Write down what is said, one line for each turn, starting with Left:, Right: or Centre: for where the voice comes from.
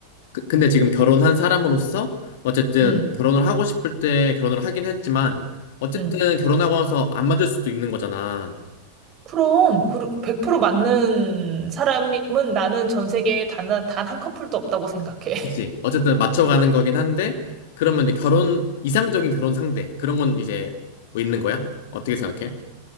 Left: 그- 근데 지금 결혼한 사람으로서 어쨌든
Right: 음,
Left: 결혼을 하고 싶을 때 결혼을 하긴 했지만 어쨌든
Right: 음.
Left: 결혼하고 나서 안 맞을 수도 있는 거잖아.
Right: 그럼, 그, 100% 맞는 사람은 나는 전 세계에 단, 단한 커플도 없다고 생각해.
Left: 그치. 어쨌든 맞춰가는 거긴 한데, 그러면 이제 결혼, 이상적인 결혼 상대, 그런 건 이제 뭐 있는 거야? 어떻게 생각해?